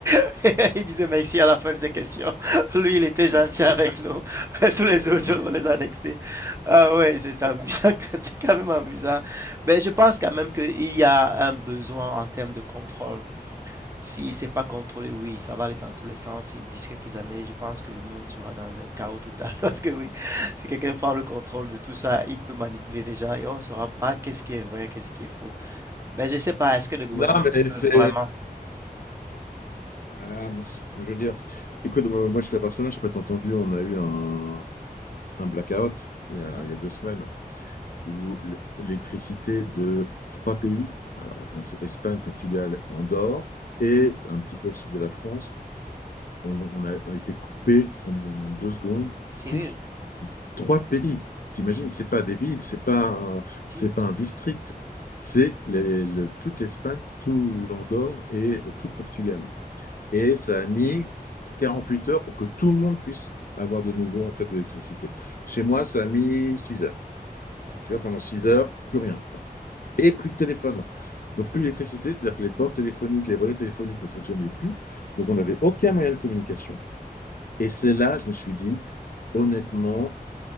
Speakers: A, on the right; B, on the left.
A: <laughs> il disait merci à la fin de ses questions, lui il était gentil avec nous, <laughs> tous les
B: Ok.
A: autres jours on les annexait, ah ouais, c'est ça, amusant, <laughs> c'est quand même amusant, mais je pense quand même qu'il y a un besoin en termes de contrôle. Si c'est pas contrôlé, oui, ça va aller dans tous les sens. Et d'ici quelques années, je pense que le monde sera dans un chaos total. <laughs> Parce que oui, si quelqu'un prend le contrôle de tout ça, il peut manipuler les gens et on ne saura pas qu'est-ce qui est vrai, qu'est-ce qui est faux. Mais je sais pas, est-ce que le gouvernement
B: Non, mais
A: peut
B: c'est...
A: vraiment...
B: Ouais, bon, je veux dire, écoute, moi je suis la personne, je ne sais pas si t'as entendu, on a eu un, un blackout il y a,
A: Mhm.
B: il y a deux semaines. où l'électricité de trois pays, alors, donc c'est Espagne, Portugal, Andorre, et un petit peu le sud de la France, on, on a, a été coupé en, en deux secondes,
A: Sérieux?
B: tous, trois pays. T'imagines,
A: Dites,
B: c'est pas des villes, c'est pas, un-
A: dites,
B: c'est pas un district, c'est les, le, toute l'Espagne, tout l'Andorre et tout le Portugal. Et ça a mis 48 heures pour que tout le monde puisse avoir de nouveau en fait de l'électricité. Chez moi, ça a mis 6 heures.
A: ça
B: Tu
A: alors.
B: vois, pendant 6 heures, plus rien et plus de téléphone. Donc plus d'électricité, c'est-à-dire que les bandes téléphoniques, les relais téléphoniques ne fonctionnaient plus.
A: Mhm.
B: Donc on n'avait aucun moyen de communication. Et c'est là, je me suis dit, honnêtement,